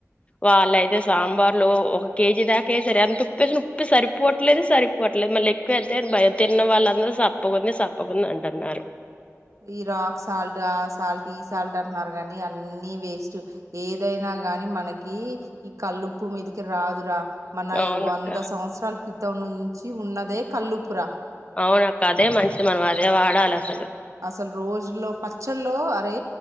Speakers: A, on the left; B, on the right.
A: వాళ్ళయితే సాంబార్లు ఒక కేజీ దాకా వేశారు ఎంత ఉప్పేసినా ఉప్పి సరిపోవట్లేదు సరి వాట్లే మళ్ళీ ఎక్కువ వేస్తే భయం తిన్న వాళ్ళందరూ సప్పకుంది సప్పకుంది అంటున్నారు
B: ఈ రాక్ సాల్ట్ ఆ సాల్ట్ ఈ సాల్ట్ అంటున్నారు కానీ అన్ని వేస్ట్ ఏదైనా గాని మనకి ఈ కల్లూపు మీదికి రాదు రా మన
A: అవునక్క
B: వంద సంవత్సరాల క్రితం ను ఉన్నదే కళ్లుపుర
A: అవునక్క అదే మంచిది మనం అదే వాడాలి అసలు
B: అసలు రోజులో పచ్చళ్ళ అరే